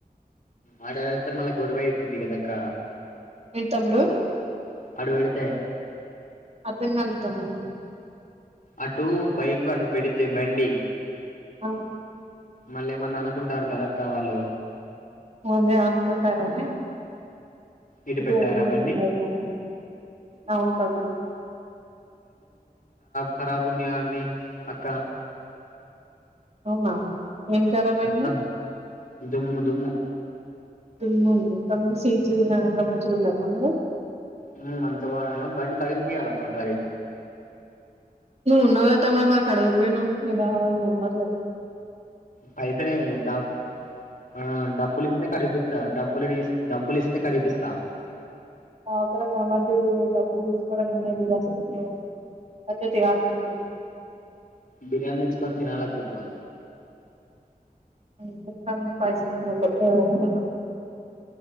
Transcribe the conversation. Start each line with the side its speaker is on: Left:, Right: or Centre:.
Left: ఆడ వెడితే మళ్లీ గొడవ అయిపోద్ది కదా అక్క
Right: ఎ తమ్ముడు
Left: అటు పెడితే
Right: అర్థం కలే తమ్ముడు
Left: అటు బైక్ అటు పెడితే బండి
Right: ఆ
Left: మళ్ళీ ఏమన్నా అనుకుంటారు కదక్క వాళ్ళు
Right: అంది అనుకుంటారని
Left: ఇటు
Right: ఇటువైతేవుతా
Left: పెట్టారా బండి
Right: అ ఉంటాము కదా
Left: కరాబ్ ఉందిగా అండి అక్క
Right: అవునా ఏం ఖరాబ్ అయింది
Left: అత్త దుమ్ము దుమ్ము
Right: దుమ్ము ఉంది తమ్మి సీట్స్ గిన అంత మంచిగుంద తమ్ముడు
Left: ఉమ్ అంత బాగానే ఉంది బండి కడిగి పియాలి అక్క ఓసారి
Right: నువ్వు ఉన్నావుగా తమ్ముడు మరి కడగకపోయినవ్ మీ బావా నువు ఉన్నారు లే
Left: పైసా <unintelligible> ఆ డబ్బులిస్తే కడిగిపిస్తా డబ్బులు డబ్బులు ఇస్తా త కడిపిస్తా
Right: ఓఅక్క దగ్గర మర్ది డబ్బులు తీసుకోవడం అనేది అసలు పద్దతి కాదు
Left: బిర్యానీ తెచ్కోని తినాల అప్పిట్లో
Right: <unintelligible> పైసలున్నోళ్లు ఏదైనా తింట్టారు